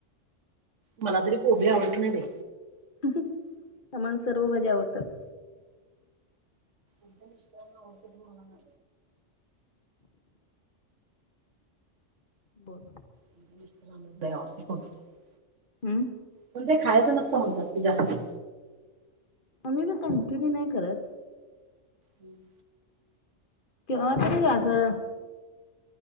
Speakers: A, on the right; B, on the left.
A: मला तरी कोभी आवडत नाही बेई.
B: हम्म समान सर्व भाज्या आवडतात.
A: अजन इ र्ती मणाण.
B: बर.
A: म्हणजे मिस्त्रां द <unintelligible>
B: हम्म.
A: पण ते खायचं नसतं म्हणतात की जाती.
B: आम्ही बी कंटिन्यू नाही करत.
A: हम्म.
B: ते तरी आलं.